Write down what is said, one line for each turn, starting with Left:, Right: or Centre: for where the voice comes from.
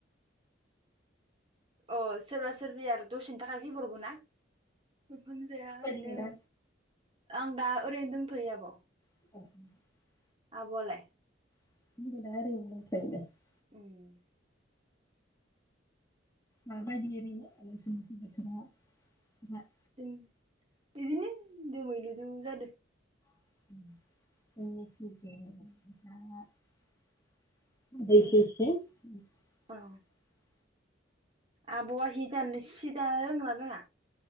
Right: अ सोरबा सोरबि आरो दसेनि थाखाय फैब्रबो ना? ओंखाम जाया
Left: बायदि
Right: ओरैनो
Left: दा
Right: आं दा ओरैनो दंथ'यो आब'।
Left: <inaudible>
Right: आब' आलाय?
Left: <inaudible>
Right: उम
Left: माबायदि ओरैनो नोसिनिथिं बोथोरा <unintelligible>
Right: <inaudible> बिदिनो दोमैलुलु जादो।
Left: <inaudible> <unintelligible>
Right: उम औ आब'आ हिदान सि दानो रोंगोना रोङा?